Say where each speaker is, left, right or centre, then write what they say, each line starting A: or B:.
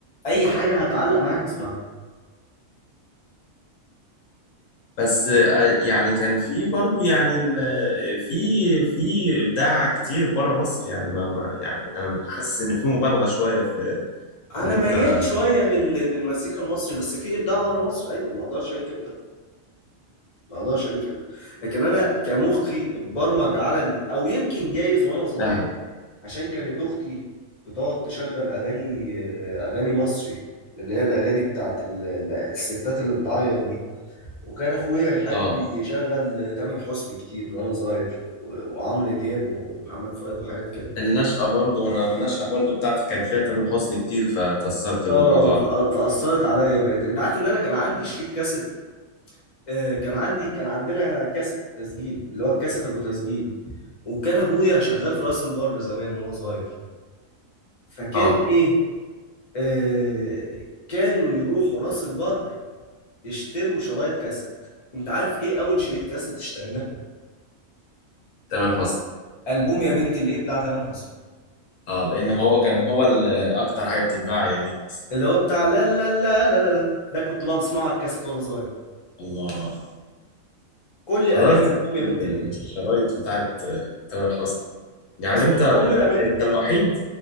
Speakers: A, on the left; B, on the left.
A: اي حاجة هتعلق معايا هسمعها
B: بس آه، يعني كان في برضو يعني ال- في في ابداع كتير بره مصر يعني ما ما- يعني انا حاسس ان في مبالغه شويه في
A: انا
B: ان انت
A: ميال شوية لل- للمزيكا المصري بس في ابداع بره مصر ايوه ما اقدرش انكر ده ما اقدرش انكر ده لكن انا كمخي اتبرمج على ال... او يمكن جايز وانا صغير
B: فاهم
A: عشان كانت اختي بتقعد تشغل اغاني آه، اغاني مصري اللي هي الاغاني بتاعت ال- الستات اللي بتعيط دي وكان اخويا يحب
B: اه
A: يشغل تامر حسني كتير وانا صغير و- وعمرو دياب ومحمد فؤاد وحاجات كده
B: النشأة برضو انا النشأة برضو بتاعتي كان فيها تامر حسني كتير فتأثرت بالموضوع
A: اه فأ-
B: ده
A: فاثرت عليا بقيت انت عارف ان انا كان عندي شريط كاسيت آه، كان عندي كان عندنا كاسيت تسجيل اللي هو الكاسيت ابو تسجيل وكان ابويا شغال في راس البر زمان وهو صغير فكان
B: اه
A: ايه آه كانوا يروحوا راس البر يشتروا شرايط كاسيت انت عارف ايه اول شريط كاسيت اشتريناه
B: تامر حسني
A: البوم يا بنتي الايه بتاع تامر حسني
B: اه لان هو كان هو ال- اكتر حاجه بتتباع اياميها اصلا
A: اللي هو بتاع لا لا لا لا لا لا ده كنت بقعد اسمعه على الكاسيت وانا صغير
B: الله
A: كل اغاني
B: حضرت
A: الألبوم يا بنتي ليه
B: الشرايط بتاعت آه، تامر حسني يعني
A: بس
B: انت انت
A: امي رمتها
B: انت الوحيد